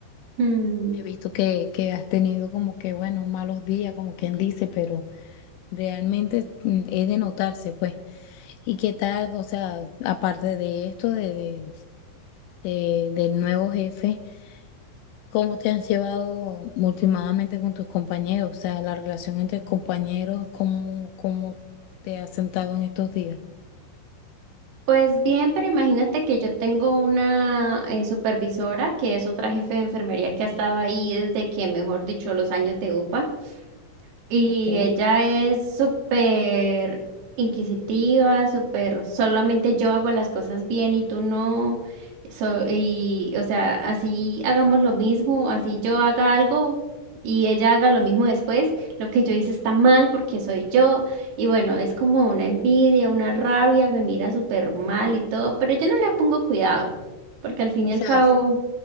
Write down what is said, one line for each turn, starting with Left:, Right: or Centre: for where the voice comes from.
Right: Mm.
Left: He visto que, que has tenido como que, bueno, malos días, como quien dice, pero realmente mm, es de notarse, pues. ¿Y qué tal? O sea, aparte de esto, de, de- de- del nuevo jefe, ¿Cómo te has llevado últimamente con tus compañeros? O sea, la relación entre compañeros, ¿cómo, cómo te has sentado en estos días?
Right: Pues bien, pero imagínate que yo tengo una eh, supervisora que es otra jefe de enfermería que ha estado ahí desde que, mejor dicho, los años de UPA. Y
Left: Okay.
Right: ella es súper inquisitiva, súper, solamente yo hago las cosas bien y tú no. So- y, o sea, así hagamos lo mismo, así yo haga algo y ella haga lo mismo después, lo que yo hice está mal porque soy yo. Y bueno, es como una envidia, una rabia, me mira súper mal y todo, pero yo no le pongo cuidado, porque al fin
Left: O
Right: y
Left: sea,
Right: al cabo,